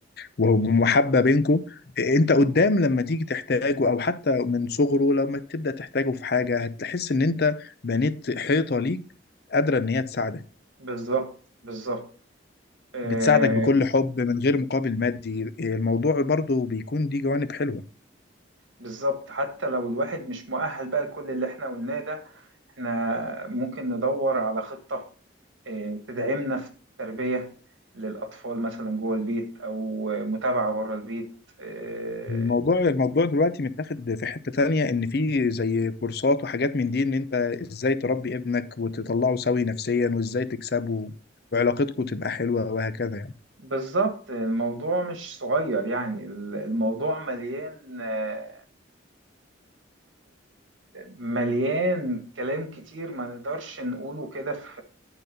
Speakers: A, on the left; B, on the right.
A: و- ومحبه بينكم انت قدام لما تيجي تحتاجه او حتى من صغره لما تبدا تحتاجه في حاجه هتحس ان انت بنيت حيطه ليك قادره ان هي تساعدك
B: بالظبط بالظبط آه
A: بتساعدك بكل حب من غير مقابل مادي الموضوع برضو بيكون دي جوانب حلوه
B: بالظبط حتى لو الواحد مش مؤهل بقى لكل اللي احنا قلناه ده احنا ممكن ندور على خطة آه تدعمنا في التربية للأطفال مثلا جوه البيت أو متابعة بره البيت آه
A: الموضوع الموضوع دلوقتي متاخد في حتة تانية ان في زي كورسات وحاجات من دي ان انت ازاي تربي ابنك وتطلعه سوي نفسيا وازاي تكسبه وعلاقتكم تبقى حلوة وهكذا يعني
B: بالظبط الموضوع مش صغير يعني الموضوع مليان آه مليان كلام كتير ما نقدرش نقوله كده في